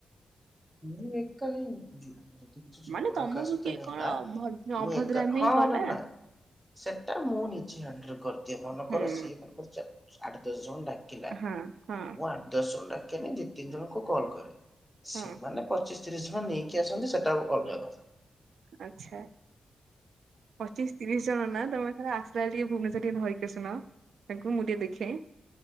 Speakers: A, in the centre; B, on the right.
A: ମୁଁ ଏକା ହେଇନି ଯଦି କିଛି ଝଗଡ଼ା
B: ମାନେ ତମକୁ
A: କାହା ସହିତ
B: କିଏ
A: ହେଲା
B: କଣ ଭ ଅଭଦ୍ରାମି
A: ମୁଁ ହଁ
B: କଲା
A: ହଁ ନନା ସେଟା ମୁଁ ନିଜେ ହାଣ୍ଡେଲ କରିଦିଏ, ମନେ
B: ହୁଁ
A: କର ସିଏ <unintelligible> ଆଠ ଦଶ ଜଣ ଡାକିଲା
B: ହଁ ହଁ
A: ମୁଁ ଆଠ ଦଶ ଜଣ ଡାକେନି ଦିଇ ତିନି ଜଣଙ୍କୁ କଲ୍ କରେ। ସେମାନେ
B: ହଁ
A: ପଚିଶ ତିରିଶ ଜଣ ନେଇକି ଆସନ୍ତି ସେଟା ଅଲଗା କଥା।
B: ଆଚ୍ଛା ପଚିଶ ତିରିଶ ଜଣ ନା ତମେ ଥରେ ଆସିଲା ବେଳେ ଟିକେ ଭୁବନେଶ୍ୱ ସେ ଟିକେ ଧରିକି ଆସୁନ ତାଙ୍କୁ ମୁଁ ଟିକେ ଦେଖେଇଁ।